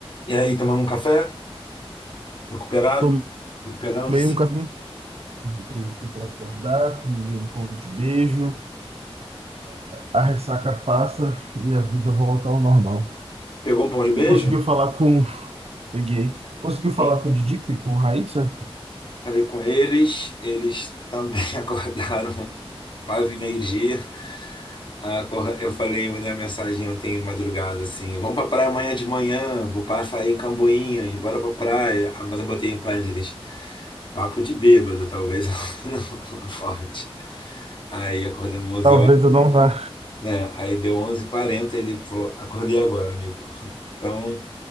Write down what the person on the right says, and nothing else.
Tomei
um café, entrei aqui para acordar, comi um pão de beijo, a ressaca passa e a vida volta ao normal.
Conseguiu falar com... Peguei. Conseguiu falar
com o Didico e com a Raíssa?
Talvez
eu não vá.